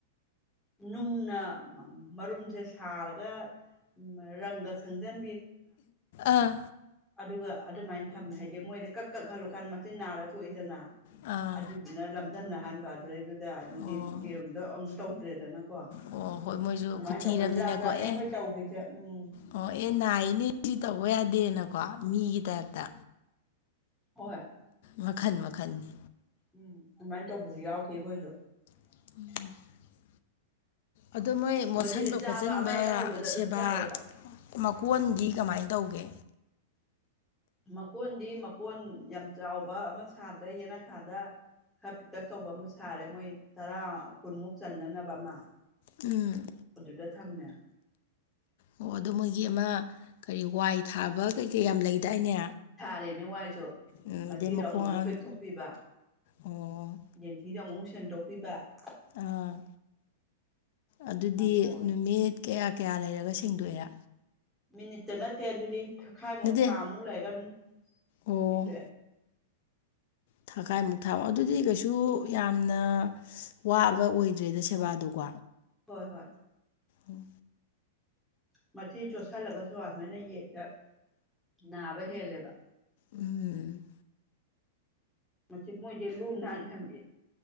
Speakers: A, in the centre; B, on the left.
A: ꯅꯨꯡꯅ ꯃꯔꯨꯝꯁꯦ ꯁꯥꯔꯒ ꯎꯝ ꯔꯪꯒ ꯁꯪꯖꯟ
B: ꯑꯥ
A: ꯑꯗꯨꯒ ꯑꯗꯨꯃꯥꯏꯅ ꯊꯝꯃꯦ ꯍꯥꯏꯗꯤ ꯃꯣꯏꯗ ꯀꯛ ꯀꯛ ꯍꯜꯂꯨꯀꯥꯟ ꯃꯆꯤꯟ ꯅꯥꯔ ꯊꯣꯛꯏꯗꯅ
B: ꯑꯥ
A: ꯑꯗꯨꯗꯨꯅ ꯂꯝꯗꯝꯟ ꯅꯅꯥꯍꯟꯥꯟꯕ ꯑꯗꯨꯗꯩꯗꯨ ꯗ ꯑꯗꯨꯗꯤ
B: ꯑꯣ
A: ꯃꯤꯔꯨꯝꯗꯣ ꯑꯃꯨꯛ ꯇꯧꯗ꯭ꯔꯦꯗꯅꯀꯣ ꯑꯗꯨꯃꯥꯏꯅ
B: ꯑꯣ ꯍꯣꯏ ꯃꯣꯏꯁꯨ ꯈꯨꯊꯤꯔꯕꯅꯤꯅꯀꯣ
A: ꯇꯧꯕ ꯖꯥꯠ ꯖꯥꯠꯅꯦ
B: ꯑꯦ
A: ꯑꯩꯈꯣꯏ ꯇꯧꯈꯤꯁꯦ ꯎꯝ
B: ꯑꯣ ꯑꯦ ꯅꯥꯏꯅꯦ ꯁꯤ ꯇꯧꯕ ꯌꯥꯗꯦꯅꯀꯣ ꯃꯤꯒꯤ ꯇꯥꯏꯞꯇ
A: ꯍ
B: ꯋꯥꯈꯟ ꯋꯥꯈꯟꯅꯤ
A: ꯎꯝ ꯑꯗꯨꯃꯥꯏꯅ ꯇꯧꯕꯁꯨ ꯌꯥꯎꯈꯤ ꯑꯩꯈꯣꯏꯁꯨ
B: <inaudible> ꯑꯗꯨ ꯃꯣꯏ
A: ꯃꯣꯏꯁꯤꯗꯤ
B: ꯃꯣꯠꯁꯟꯕ
A: ꯆꯥꯕ
B: ꯈꯣꯠꯆꯟꯕ
A: ꯑꯃ ꯍꯦꯛ ꯍꯧꯕꯗ ꯑꯗꯨꯝ
B: ꯁꯦꯕꯥ
A: ꯆꯥꯏꯌꯦꯕ
B: ꯃꯀꯣꯟꯗꯤ ꯀꯃꯥꯏꯅ ꯇꯧꯒꯦ
A: ꯃꯀꯣꯟꯗꯤ ꯃꯀꯣꯟ ꯌꯥꯝ ꯆꯥꯎꯕ ꯑꯃ ꯁꯥꯗ꯭ꯔꯦ ꯌꯦꯅꯈꯥꯗ ꯈꯔ ꯄꯤꯛꯇꯛ ꯇꯧꯕ ꯑꯃ ꯁꯥꯔꯦ ꯃꯣꯏ ꯇꯔꯥ ꯀꯨꯟꯃꯨꯛ ꯆꯟꯅꯅꯕ ꯑꯃ
B: ꯎꯝ
A: ꯑꯗꯨꯗꯨꯗ ꯊꯝꯅ
B: ꯑꯣ ꯑꯗꯣ ꯃꯣꯏꯒꯤ ꯑꯃ ꯀꯔꯤ ꯋꯥꯏ ꯊꯥꯕ ꯀꯩꯀꯩ ꯌꯥꯝ ꯂꯩꯗꯥꯏꯅꯦ
A: ꯊꯥꯔꯦꯅꯦ ꯋꯥꯏꯁꯨ
B: ꯎꯝ
A: ꯃꯊꯤꯗꯣ
B: ꯑꯗꯩ ꯃꯈꯣꯡ
A: ꯑꯃꯨꯛ ꯑꯃꯨꯛ
B: ꯑꯍꯥꯝ
A: ꯄꯦꯛꯊꯣꯛꯄꯤꯕ
B: ꯑꯣ
A: ꯌꯦꯟꯊꯤꯗꯣ ꯑꯃꯨꯛꯃꯨꯛ ꯁꯦꯡꯗꯣꯛꯄꯤꯕ
B: ꯑꯥ ꯑꯗꯨꯗꯤ
A: ꯑꯗꯨꯃꯥꯏꯅ ꯇꯧꯋꯦ
B: ꯅꯨꯃꯤꯠ ꯀꯌꯥ ꯀꯌꯥ ꯂꯩꯔꯒ ꯁꯦꯡꯗꯣꯛꯑꯦ
A: ꯃꯤꯅꯤꯠꯇ ꯅꯠꯇꯦ ꯑꯗꯨꯗꯤ ꯊꯈꯥꯏꯃꯨꯛ
B: ꯅꯠꯇꯦ
A: ꯊꯥꯃꯨꯛ ꯂꯩꯔꯒ ꯑꯗꯨꯝ
B: ꯑꯣ
A: ꯏꯦ
B: ꯊꯥꯈꯥꯏꯃꯨꯛ ꯊꯥꯃ ꯑꯗꯨꯗꯤ ꯀꯩꯁꯨ
A: ꯎꯝ
B: ꯌꯥꯝꯅ ꯋꯥꯕ ꯑꯣꯏꯗ꯭ꯔꯦꯗ ꯁꯦꯕꯥꯗꯨꯀꯣ
A: ꯍꯣꯏ ꯍꯣꯏ
B: ꯑꯣ
A: ꯃꯊꯤ ꯆꯣꯠꯁꯜꯂꯒꯁꯨ ꯑꯗꯨꯃꯥꯏꯅ ꯌꯦꯗ ꯅꯥꯕ ꯍꯦꯜꯂꯦꯕ
B: ꯎꯝ
A: ꯃꯁꯤ ꯃꯣꯏꯗꯤ ꯂꯨ ꯅꯥꯟꯅ ꯊꯝꯕꯤ